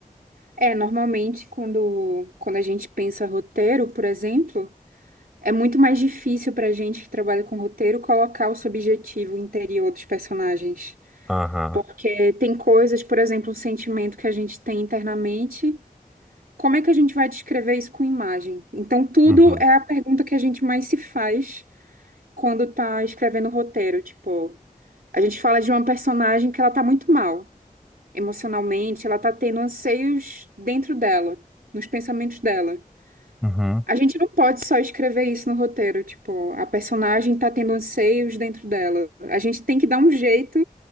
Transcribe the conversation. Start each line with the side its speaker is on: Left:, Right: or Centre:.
Right: É, normalmente quando, quando a gente pensa roteiro, por exemplo, é muito mais difícil para a gente que trabalha com roteiro colocar o subjetivo interior dos personagens.
Centre: Aham.
Right: Porque tem coisas, por exemplo, um sentimento que a gente tem internamente Como é que a gente vai descrever isso com imagem? Então, tudo
Centre: Uhum.
Right: é a pergunta que a gente mais se faz quando tá escrevendo o roteiro. Tipo, a gente fala de uma personagem que ela tá muito mal emocionalmente, ela tá tendo anseios dentro dela, nos pensamentos dela.
Centre: Uhum.
Right: A gente não pode só escrever isso no roteiro, tipo, a personagem tá tendo anseios dentro dela. A gente tem que dar um jeito